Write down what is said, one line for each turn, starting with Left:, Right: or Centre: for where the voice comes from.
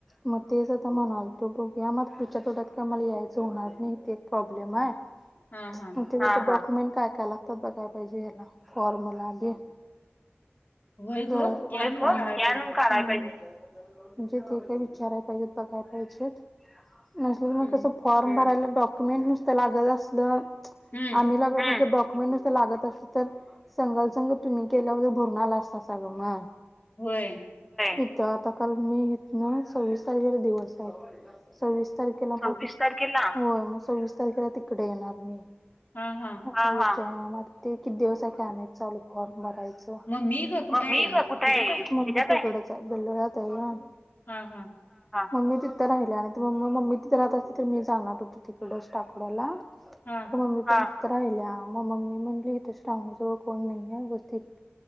Centre: मग तेच आता म्हणाल तो बघूया मग पुढच्या आठवड्यात क मला यायचं होणार नाही ते एक प्रॉब्लेम आहे.
Left: हा हा
Centre: ते डक्युमेंट काय काय लागतात बघ काय पाहिजे याला फॉर्म लागे
Left: व्हय ग
Centre: क जनून
Left: ते आणून काढाय पाहिजे
Centre: काढायला पाहिजे. म्हणजे ते काय विचाराय पाहिजेत बघाय पाहिजेत. नसलं तर
Left: हम्म
Centre: मग कसं फॉर्म भरायला डॉक्युमेंट नुसतं लागत असलं.
Left: हम्म
Centre: आम्ही <unintelligible> डॉक्युमेंट नुस तं लागत असू तर संगल संंग तुम्ही केल्यावर भरणाला असता सागं म
Left: होय.
Centre: इथं आता काल मी इथना सव्वीस सालगिरा दिवस आहे. सव्वीस तारखेला होय मग सव्वीस तारखेला तिकडे येणार मी.
Left: हा हा
Centre: म ते किती दिवस आहे काय माहित चालू कर बरायचा
Left: मग मी ग कुठं
Centre: मम्मी
Left: आहे
Centre: तिकडचं
Left: ह्याच्यात आहे
Centre: आहे बोललेला तेव्हा
Left: हा हा.
Centre: मम्मी तिथं राहिल्या आणि त म मम्मी तिथं राहत असते तर मी जाणार होती तिकडच टाकोड्याला.
Left: हा
Centre: मम्मी तिथं राहिल्या मग मम्मी म्हंटली इथं श्रावणीजवळ कोण नाहीे आहे वस्ती